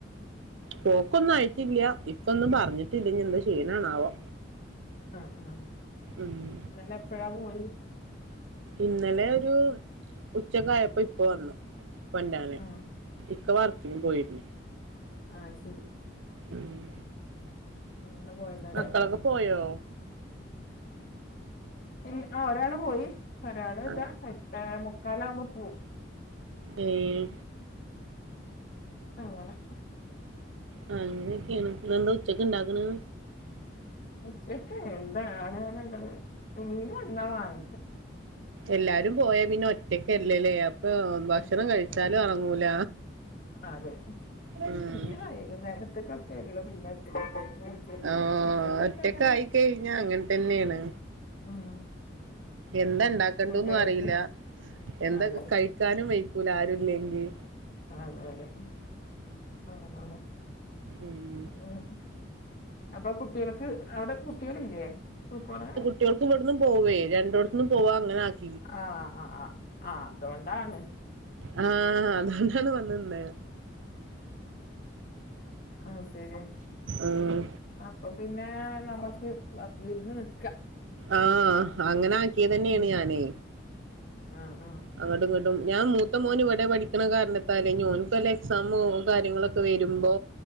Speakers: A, on the right; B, on the left.
A: പോക്കൊന്നും ആയിട്ടില്ല. ഇപ്പൊന്നും പറഞ്ഞിട്ടില്ല. ഇനി എന്താ ചെയ്യണാന്നാവാ.
B: ആഹ് ആഹ്.
A: ഉംഹ്.
B: ഇന്നലെ എപ്പഴാ പോയി
A: ഇന്നലെ ഒരു ഉച്ചക്കായപ്പോ ഇപ്പൊ വന്നു. കൊണ്ട്രാന്
B: ആഹ്
A: ഇക്ക വർക്കിനും പോയിരുന്നു.
B: ആഹ അയ്ശരി
A: ഉം
B: അങ്ങനെ പോയതല്ലേ.
A: മക്കളൊക്കെ പോയോ?
B: ല്ല ഒരാള് പോയി ഒരാള് ഇതാ
A: ആ
B: എട്ടേമുക്കാലാവുമ്പോ പോവും.
A: ഏഹ്.
B: അങ്ങനെ.
A: ആ അങ്ങനൊക്കെയാണ്. ഇന്നെന്താ ഉച്ചക്ക് ണ്ടാക്കണ്.
B: ഉച്ചക്കയ്ക്ക് എന്താണ്ന്ന്ണ്ടത് മീന്വന്നാ വാങ്ങ.
A: എല്ലാരും പോയാ പിന്നെ ഒറ്റക്കല്ലേ. ഇപ്പ ഭക്ഷണം
B: ഉച്ചക്കാണ്
A: കഴിച്ചാലും എറങ്ങൂല.
B: അതെ
A: ഉം
B: പിന്നെ വൈകുന്നേരത്ത്ക്കൊക്കെ ഉള്ളു പിന്നെ. മെയിനായിട്ട്
A: ആഹ്
B: ഉച്ചക്കൊക്കെ
A: ഒറ്റക്കായി
B: ഇങ്ങനെ
A: കഴിഞ്ഞാ അങ്ങൻതന്നെയാണ്.
B: ഉം
A: എന്തണ്ടാ.
B: കുട്ടികൾക്ക്
A: ണ്ടെന്നു അറിയില്ല. എന്തൊ
B: അതെ
A: കഴിക്കാനും വഴ്ക്കൂല ആരുല്ലെങ്കിൽ.
B: അ അതെ അതെ അങ്ങൻതന്നെ
A: ഉം
B: ഉംഹ്. അപ്പൊ കുട്ടികൾക്ക് അവിടെ കുട്ടികളില്ലേ? സ്കൂള് പോണെ.
A: കുട്ട്യാൾക്ക് ഇവിടുന്നും പോവേ രണ്ടോട്‌ത്ത്ന്നും പോവാ അങ്ങനെ ആക്കി.
B: ആ ആഹ് ആഹ് ആഹ് അതുകൊണ്ടാണ്.
A: ആഹ് അതോണ്ടാണ് വന്ന്നിന്നത്.
B: അത് ശരിയാ
A: ആഹ്.
B: അപ്പൊ പിന്നെ നമുക്ക് വിരുന്ന് നിൽക്കാ.
A: ആഹ് അങ്ങനെ ആക്കിയതന്നെയാണ്
B: ഉം
A: ഞാന്.
B: ആഹ് ആഹ്.
A: അങ്ങട്ടുംഇങ്ങോട്ടും ഞാൻ മൂത്ത മോൻ ഇവിടെ പഠിക്കണ കാരണം. തലേ ന്ന് ഓൻക്ക് വല്ല എക്സാമോ കാര്യങ്ങളൊക്കെ വരുമ്പോ